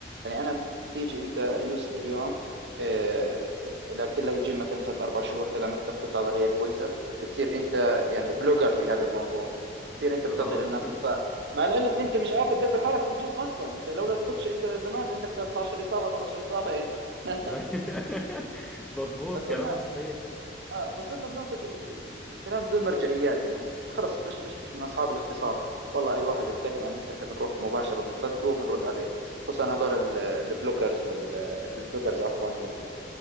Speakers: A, on the right (about 70°); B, in the centre.
A: يعني انا بتيجي انت يوسف اليوم آه، لعبت لك جيم مثلا ثلاث اربع شهور كذا عملت لك كتله عضليه كويسه بتصير انت يعني بلوجر في هذا الموضوع بتصير انت
B: اه
A: بتعطي للناس نصائح مع العلم انت مش عارف تدبر حالك في الجيم اصلا انت لولا الكوتش انت زمان عندك 13 اصابه 14 اصابه يعني <laughs>
B: <laughs> مظبوط
A: فصرنا
B: كلامك صحيح
A: آه فصرنا بناخذ ال ال ال- الكلام بدون مرجعيات يعني خلص مش مش مش من اصحاب الاختصاص والله اي واحد بيتكلم عن النت احنا بنروح مباشره بنصدقه وبنرد عليه خصوصا هذول ال- البلوجرز والفلوجرز عفوا وال-